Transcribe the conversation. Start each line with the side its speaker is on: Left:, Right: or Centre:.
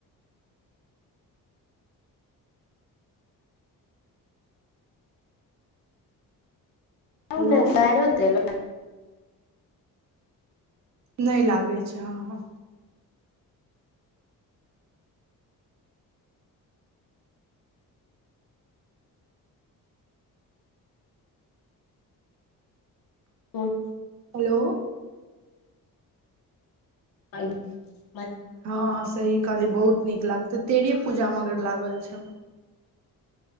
Left: आ
Right: हेलो
Left: ने बरो देल <unintelligible>
Right: नै लागै छै हँ
Left: ह <unintelligible>
Right: हेलो।
Left: आइं <unintelligible>
Right: हँ सही कहलियै बहुत नीक लागते, तेरे पूजा मगर लागल छौं।